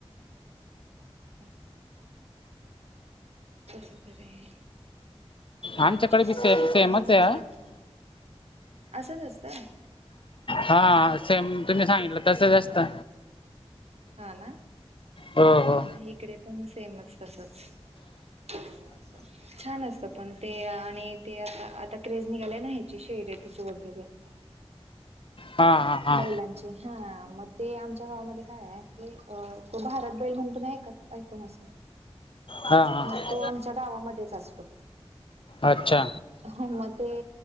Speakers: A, on the right; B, on the left.
A: <inaudible> कसं तर हे काडांचे
B: आमच्याकडे बी सेम सेमच
A: आणि मद.
B: आहे
A: असंच असतंय.
B: हा सेम तुम्ही सांगितलं तसच असतं.
A: हा ना
B: हो हो
A: इकडे पण सेमच तस असतं. अच्छा. छान असत पण ते आणि ते आता आता क्रेज निघाले नाही ह्याची शैर्यतीची वगैरे.
B: हा हा हा
A: बैलांचे हा मग ते आमच्या गावामध्ये काय आहे. तो भारत बैल म्हण तुम्ही ऐक ऐकून असाल
B: हा हा
A: मग तो आमच्या गावामध्येच असतो
B: अच्छा.
A: हो म ते.